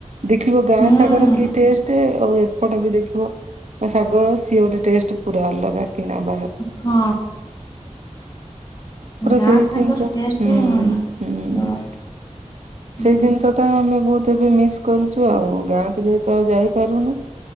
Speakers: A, on the right; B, on the left.
A: ଦେଖିବ ଗାଁ
B: ହୁଁ
A: ସାଗର କି ଟେଷ୍ଟ ଆଉ ପଟ ବି ଦେଖିବ, ଶାଗ ସିଏ ଗୋଟେ ଟେଷ୍ଟ ପୁରା ଅଲଗା। <unintelligible> ନ ବା।
B: ହଁ।
A: ପୁରା
B: ଗାଁ
A: ସେଇତିନିସ,
B: ସାଙ୍ଗର ଟେଷ୍ଟ
A: ହୁଁ
B: ହିଁ
A: ହୁଁ।
B: ଅଲଗା। ହୁଁ
A: ସେଇ ଜିନିଷ ଟା ଆମେ ବହୁତ ଏବେ ମିସ୍ କରୁଛୁ ଆଉ, ଗାଁକୁ ଯେହେତୁ ଆ ଯାଇପାରୁନୁ।